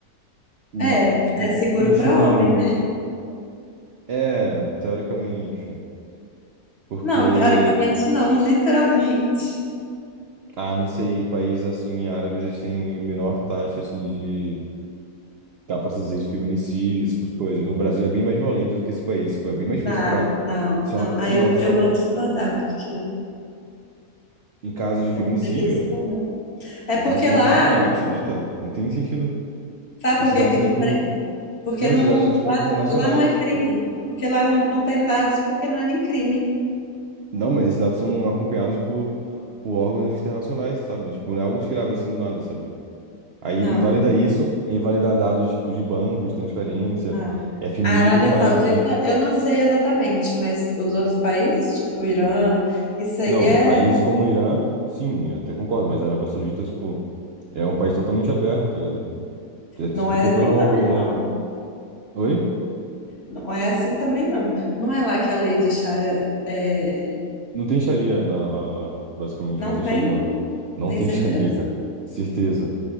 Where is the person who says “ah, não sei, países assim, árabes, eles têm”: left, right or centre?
Right